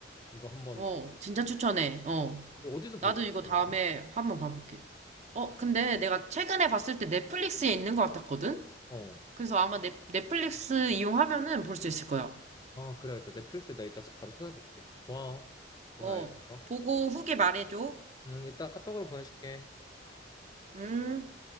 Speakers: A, on the left; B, on the right.
A: 이거 한번
B: 어, 진짜
A: 봤다.
B: 추천해. 어.
A: 이거 어디서 볼
B: 나도
A: 수
B: 이거
A: 있어
B: 다음에
A: 근데?
B: 한번 봐볼게. 어, 근데 내가 최근에 봤을 때 넷플릭스에 있는 것 같았거든?
A: 음어아
B: 그래서 아마 넷, 넷플릭스 이용하면은 볼 수 있을 거야.
A: 그래야겠다 넷플릭스에 나 이따 바로 찾아볼게 고마워 오늘
B: 어,
A: 알려줘서
B: 보고 후기 말해줘.
A: 음 이따 카톡으로 보내줄게
B: 음.